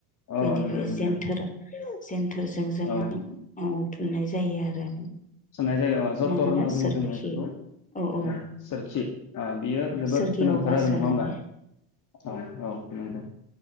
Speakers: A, on the left (about 40°); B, on the left (about 15°).
A: औ
B: बेनिफ्राय
A: नंगौ नंगौ
B: जेन्थोर जेन थोरजों जों
A: औ
B: औ थुमनाय जायो आरो।
A: थुननाय जायो। ओ जथर
B: मा होनो
A: होनना बुङो
B: सोरखि
A: जोङो बेखौ
B: औ औ
A: ओ सोरखि बेयो जोबोद
B: सोरगियावहा
A: गोनांथार आरो
B: सोनानै
A: नङा होमबा औ औ नंगौ।